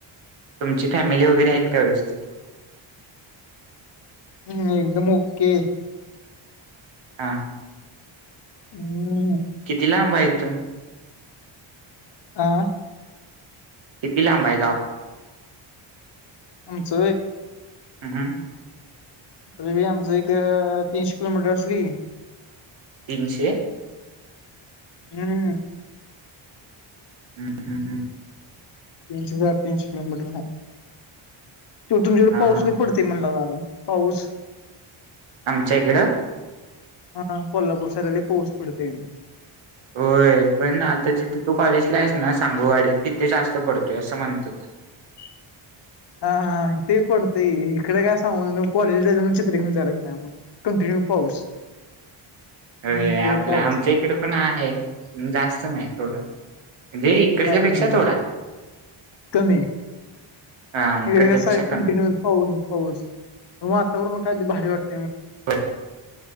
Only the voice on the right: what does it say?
तुमची फॅमिली वगैरे आहेत का व्यवस्थित?
हा हा, ह.
किती लांब आहे इथून
किती लांब आहे गाव
हम्म हम
तीनशे
हम्म हम्म हम्म
हा
हा हा
आमच्या इकडं
होय पण आता जिथे तू कॉलेजला आहेस ना सांगुळवाडीत तिथे जास्त पडतोय असं म्हणतात
अरे
आपल्या
आमच्या इकडे पण आहे जास्त नाही थोडं म्हणजे इकडच्या
पेक्षा
थोडा
हा इकडच्यापेक्षा
कमी.
होय